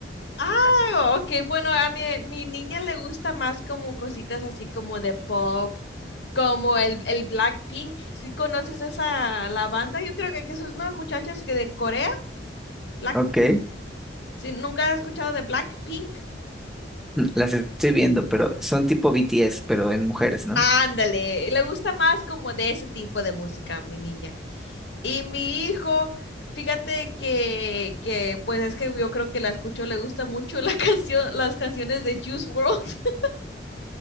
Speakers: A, on the left; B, in the centre.
A: Ah, ok, bueno, a mi, mi niña le gusta más como cositas así como de pop, como el, el Blackpink. ¿Sí conoces esa, la banda? Yo creo que, que son unas muchachas que de Corea, Black,
B: Ok,
A: ¿sí? ¿Nunca has escuchado de Blackpink?
B: las estoy viendo, pero son tipo BTS, pero en mujeres, ¿no?
A: Ándale, le gusta más como de ese tipo de música, mi niña. Y mi hijo, fíjate que, que pues es que yo creo que la escucho, le gusta mucho la <laughs> canción, las canciones de Juice World. <laughs>